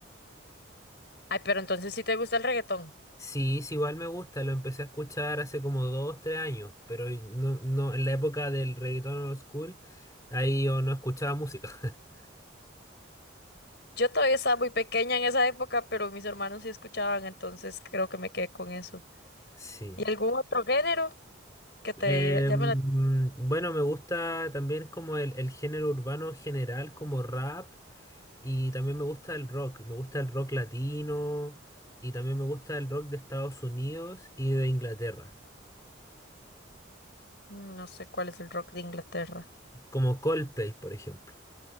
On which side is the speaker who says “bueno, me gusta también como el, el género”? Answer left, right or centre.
Left